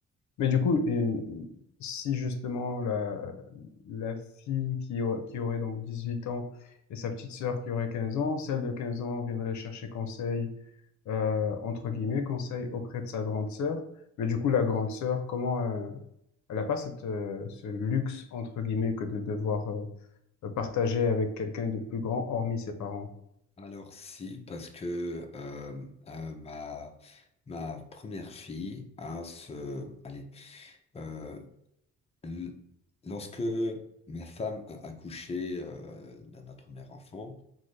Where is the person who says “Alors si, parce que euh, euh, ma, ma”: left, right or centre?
Left